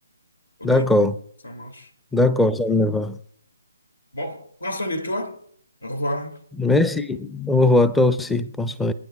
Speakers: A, on the left; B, in the centre.
A: Ok?
B: D'accord.
A: Ça marche.
B: D'accord, ça me va.
A: Bon, prends soin de toi. Au revoir.
B: Merci. Au revoir, toi aussi. Bonsoir.